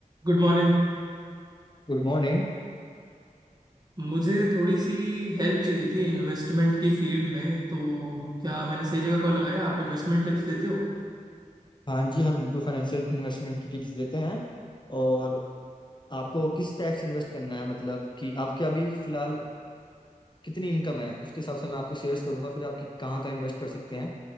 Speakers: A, on the right; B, on the left.
A: Good morning
B: Good morning
A: मुझे थोड़ी सी हेल्प चाहिए थी इन्वेस्टमेंट की फील्ड में तो क्या मैंने सही जगह कॉल लगाया आप इन्वेस्टमेंट टिप्स देते हो
B: हाँ जी हम बिल्कुल फाइनेंशियल इन्वेस्टमेंट की टिप्स देते हैं और आपको किस टाइप से इन्वेस्ट करना है मतलब कि आपके अभी फिलहाल कितनी इनकम है उसके हिसाब से मैं आपको शेयर्स करूंगा फिर आपकी कहाँ कहाँ इन्वेस्ट कर सकते हैं